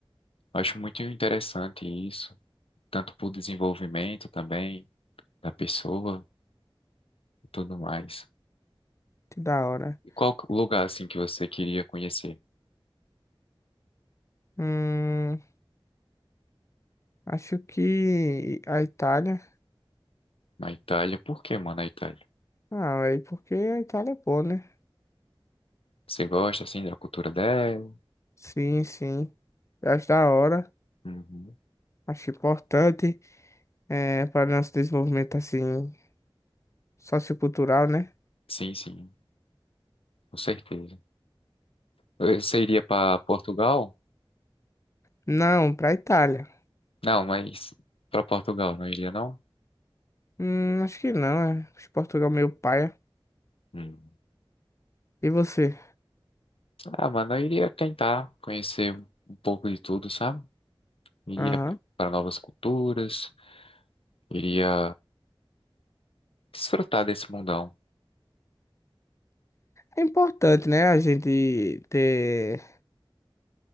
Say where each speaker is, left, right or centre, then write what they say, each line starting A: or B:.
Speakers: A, on the left; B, on the left.
A: Acho muito interessante isso, tanto para o desenvolvimento também da pessoa e tudo mais.
B: Que da hora.
A: E qual lugar assim que você queria conhecer?
B: Hum, acho que a Itália.
A: Na Itália? Por que, mano, na Itália?
B: Ah, aí porque a Itália é boa, né?
A: Você gosta assim da cultura dela?
B: Sim, sim. Eu acho da hora.
A: Uhum.
B: Acho importante é, para nosso desenvolvimento, assim, sociocultural, né?
A: Sim, sim, com certeza. Você iria para Portugal?
B: Não, para a Itália.
A: Não, mas para Portugal não iria não?
B: Hum, acho que não, é. Acho que Portugal é meio paia.
A: Hum.
B: E você?
A: Ah, mano, eu iria tentar conhecer um pouco de tudo, sabe? Iria
B: Aham.
A: para novas culturas, iria desfrutar desse mundão.
B: É importante, né, a gente ter